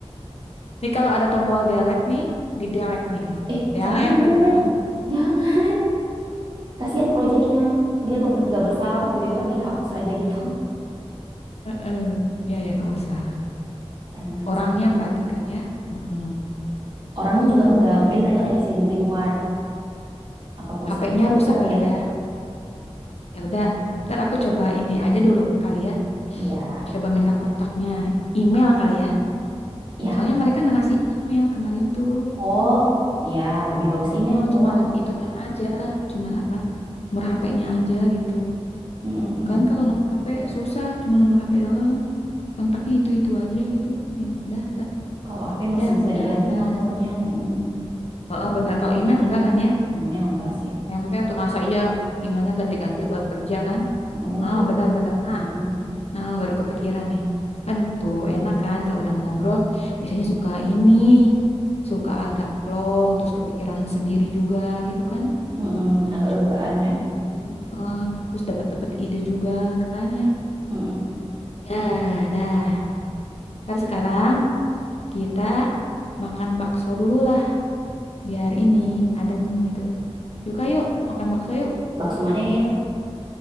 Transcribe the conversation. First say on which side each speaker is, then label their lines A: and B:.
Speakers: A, on the left (about 70°); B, on the right (about 45°).
A: Nih kalau ada tombol delete nih, di delete nih nih.
B: Eh,
A: Delete
B: jangan.
A: gitu kan.
B: Jangan. Kasihan proyeknya. Dia nggak ber- nggak bersalah tiba-tiba dihapus aja gitu. <laughs>
A: Heeh. Ya, ya, gak usah.
B: Jangan.
A: Orangnya
B: sih.
A: berarti kan ya. Heeh.
B: Orangnya juga enggak. Mungkin mereka lagi sibuk di luar. Apa perusahaannya
A: HP-nya
B: aja
A: rusak
B: kali
A: kali
B: ya?
A: ya. Ya udah, ntar aku coba ini aja dulu kali ya.
B: Iya.
A: Coba minta kontaknya, email kali ya.
B: Ya.
A: Soalnya mereka nggak ngasih email kemarin tuh.
B: Oh. Ya. Lebih bagus email
A: Oh,
B: dong.
A: cuman itunya aja, cuman apa? Nomor HP-nya aja gitu.
B: Mm-mm-mm.
A: Kan kalau nomor HP susah, cuma nomor HP doang. Kontaknya itu-itu aja gitu. Ya udah.
B: Kalau HP masih
A: Ya,
B: bisa
A: udah
B: diganti
A: lah.
B: nomornya. Mm-mm.
A: Oh, bener. Kalau email enggak kan ya?
B: Email enggak sih.
A: Nempel tuh. Masa iya
B: Mm.
A: emailnya ganti-ganti buat kerja kan?
B: Enggak mungkin.
A: Oh, benar-benar. Nah,
B: Mm-mm.
A: nah, baru kepikiran nih. Kan tuh enak kan kalau udah ngobrol. Biasanya suka ini. Suka agak plong. Terus kepikiran sendiri juga gitu kan.
B: Mm-mm. Agak
A: Cu-
B: legaan ya.
A: Ide-ide. Heeh. terus dapat-dapat ide juga kan ya.
B: Mm-mm.
A: Ya, dah. Ntar sekarang kita makan bakso dulu lah. Biar ini adem gitu. Yuk, yuk. Makan bakso yuk.
B: Bakso mana yang enak?